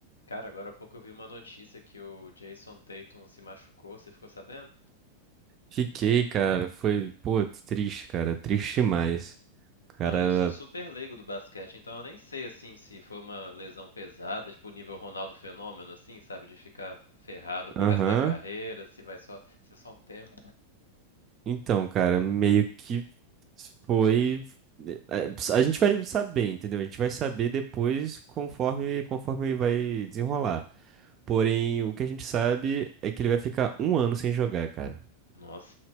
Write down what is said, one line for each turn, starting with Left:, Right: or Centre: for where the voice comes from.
Left: Cara, agora há pouco eu vi uma notícia que o Jason Tatum se machucou, você ficou sabendo?
Right: Fiquei, cara. Foi, pô, triste, cara. Triste demais. Cara,
Left: Não, e eu sou super leigo do basquete, então eu nem sei assim se foi uma lesão pesada, tipo o nível Ronaldo Fenômeno, assim, sabe? De ficar ferrado pro
Right: aham.
Left: resto da carreira, se vai só ser só um tempo.
Right: Então, cara, meio que foi. eh, A gente vai saber, entendeu? A gente vai saber depois conforme, conforme vai desenrolar. Porém, o que a gente sabe é que ele vai ficar um ano sem jogar, cara.
Left: Nossa,